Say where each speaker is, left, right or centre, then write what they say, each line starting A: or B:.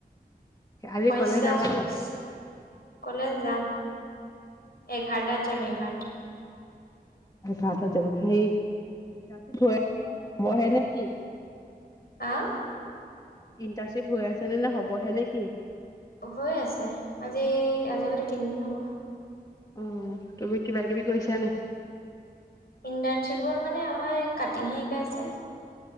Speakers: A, on the left; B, on the left.
A: আজি
B: পইচাঁ
A: কলেজ যাব
B: চুইচাঁ
A: নাই
B: কলে যাম এঘাৰটাত যাম এঘাৰটা
A: বাৰটাত যাব হে আছে ন নে হবহে নে কি
B: অঁ
A: ইণ্টাৰণশ্বিপ হৈ আছে নে নে হ'বহে নে কি
B: হৈ আছে আজি আজি সতৈ তিনিদিন হ'ব
A: অঁ তুমি কিবা কিবি কৈছানে
B: ইণ্টাৰ্ণশ্বিপত মানে আমাৰ কাটিংহে শিকাইছে